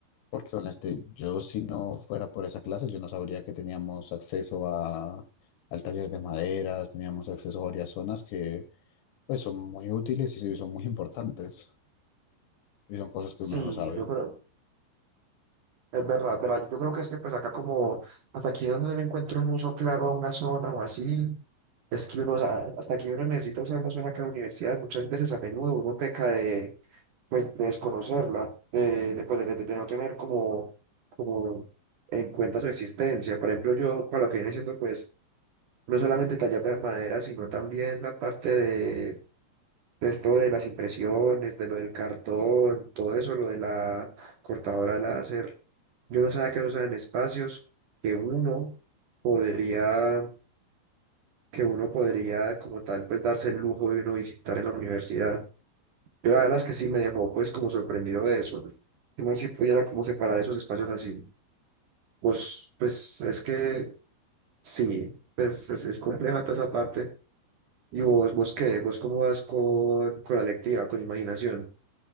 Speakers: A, on the left (about 70°); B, on the right (about 55°).
A: porque honestamente yo si no fuera por esa clase yo no sabría que teníamos acceso a, al taller de maderas, teníamos acceso a varias zonas que pues son muy útiles y sí son muy importantes y son cosas que
B: Sí,
A: uno no sabe.
B: yo creo, es verdad, es verdad. Yo creo que es que pues acá como, hasta aquí donde le encuentro un uso claro a una zona o así, es que uno, o sea, hasta aquí uno necesita usar una zona que en la universidad muchas veces a menudo uno peca de pues de desconocerla, de, de, pues, de- de- de no tener como, como en cuenta su existencia. Por ejemplo, yo para lo que viene siendo pues no solamente tallar de madera, sino también la parte de, de esto de las impresiones, de lo del cartón, todo eso, lo de la cortadora láser. Yo no sabía que esos eran espacios que uno podría, que uno podría como tal pues darse el lujo de uno visitar en la universidad. Yo la verdad es que sí me dejó pues como sorprendido de eso. Que uno sí pudiera como separar esos espacios así. Vos, pues es que sí, pues es, es compleja toda esa parte. Y vos, vos qué, vos cómo vas con, con la lectiva, con imaginación.